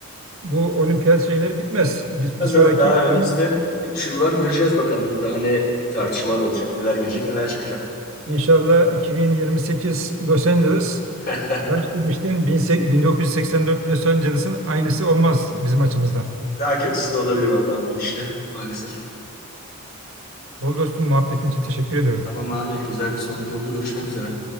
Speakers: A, on the right (about 70°); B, on the left (about 45°).
A: bu olimpiyat şeyleri bitmez. Biz
B: Az
A: bir sonraki
B: abi daha
A: 2000
B: önümüzde 3 yıl var göreceğiz bakalım daha ne tartışmalar olacak, neler girecek, neler çıkacak.
A: inşallah 2028 Los Angeles
B: <laughs>
A: kaç demiştin? 18- 1984 Los Angeles'ın aynısı olmaz bizim açımızdan.
B: Daha kötüsü de olabilir vallahi bu gidişle maalesef.
A: Ol dostum muhabbetin için teşekkür ediyorum.
B: Tamam abi güzel bir sohbet oldu. Görüşmek üzere.